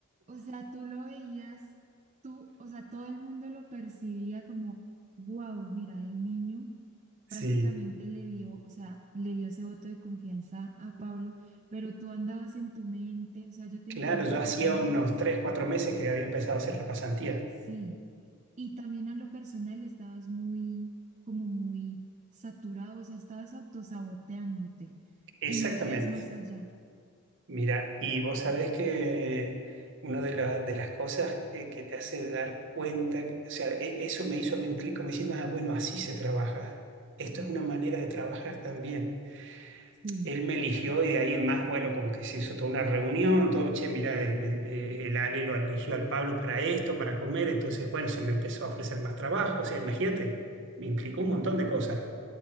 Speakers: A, on the right (about 35°); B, on the right (about 55°).
A: O sea, tú lo veías, tú, o sea, todo el mundo lo percibía como, wow, mira, el niño
B: Sí.
A: prácticamente le dio, o sea, le dio ese voto de confianza a Pablo, pero tú andabas en tu mente, o sea, yo te
B: Claro,
A: entiendo,
B: yo
A: porque
B: hacía
A: tú andabas,
B: unos tres, cuatro meses que había empezado a hacer la pasantía.
A: sí, y también a lo personal estabas muy, como muy saturado, o sea, estabas autosaboteándote
B: Exactamente.
A: y no veías más allá,
B: Mira, y vos sabés que una de, la- de las cosas eh, que te hace dar cuenta, que- o sea, e- eso me hizo a mí un clic como diciendo, ah, bueno, así se trabaja. Esto es una manera de trabajar también.
A: sí.
B: Él me eligió y de ahí en más, bueno, como que se hizo toda una reunión, todo, che, mira, el, el- eh, el Ale lo eligió al Pablo para esto, para comer, entonces, bueno, se me empezó a ofrecer más trabajo, o sea, imagínate, me implicó un montón de cosas.